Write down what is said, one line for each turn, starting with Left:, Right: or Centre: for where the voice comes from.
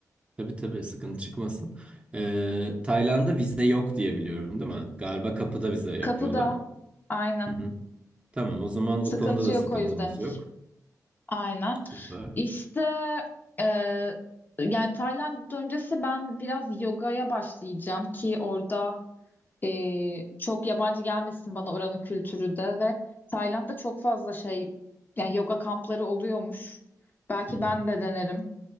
Right: Tabii tabii sıkıntı çıkmasın. Ee, Tayland'da vize yok diye biliyorum değil mi? Galiba kapıda vize yapıyorlar.
Left: Kapıda. Aynen.
Right: Hı hı. Tamam o zaman
Left: Sıkıntı
Right: o konuda da
Left: yok
Right: sıkıntımız
Left: o yüzden hiç.
Right: yok.
Left: Aynen.
Right: Süper.
Left: İşte e, yani Tayland öncesi ben biraz yogaya başlayacağım ki orada Ee, çok yabancı gelmesin bana oranın kültürü de ve Tayland'da çok fazla şey yani yoga kampları oluyormuş. Belki
Right: Hı hı.
Left: ben de denerim.